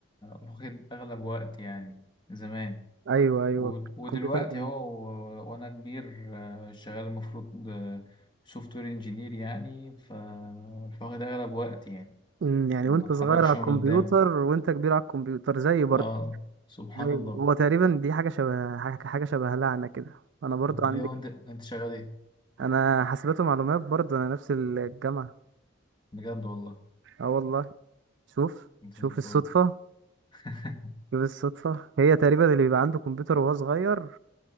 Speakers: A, on the left (about 25°); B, on the right (about 65°).
A: واخد أغلب وقت يعني زمان
B: ايوه ايوه
A: ود- ودلوقتي
B: الكمبيوتر كان-
A: هو و- وأنا كبير آه، شغال المفروض سوفت وير انجينير يعني ف- فواخد أغلب وقت يعني
B: أمم، يعني
A: ما
B: وانت
A: بتحركش
B: صغير على الكمبيوتر
A: من قدامه
B: وانت كبير على الكمبيوتر زي برضه
A: اه سبحان
B: زي
A: الله
B: هو تقريبا دي حاجة شبه حاجة حاجة شبه لعنة كده انا برضو
A: مم.
B: عندك
A: ليه وأنت أنت شغال إيه؟
B: انا حاسبات ومعلومات برضو انا نفس الجامعة
A: بجد والله
B: اه والله شوف
A: انت
B: شوف
A: زي الفل
B: الصدفة
A: <laughs>
B: شوف الصدفة هي تقريبا اللي بيبقى عنده كمبيوتر وهو صغير